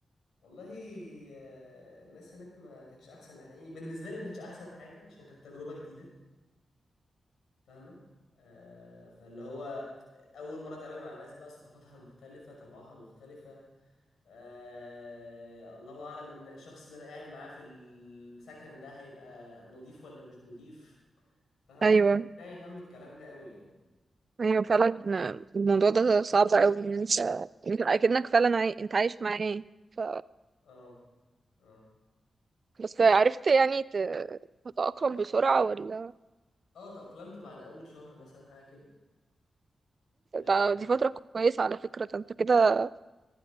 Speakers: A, on the left; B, on the right.
A: والله آه، الناس هناك ما كانتش احسن يعني بالنسبه لي ما كانتش احسن حاجه عشان كانت تجربه جديده فاهمة آه فاللي هو أول مرة أتعامل مع ناس بقى ثقافتها مختلفة طبعها مختلفة آه الله أعلم إن الشخص اللي أنا قاعد معاه في السكن ده هيبقى نضيف ولا مش نضيف فاهمة
B: ايوه
A: فده يهم الكلام ده قوي يعني
B: ايوه فعلا الموضوع ده صعب قوي ان انت انت اكنك فعلا عاي... انت عايش معاه ف...
A: اه اه
B: بس عرفت يعني ت... تتأقلم بسرعة ولا
A: اه تأقلمت بعد أول شهر مثلا حاجة كده اه
B: ده- دي فترة كويسة على فكرة ده انت كده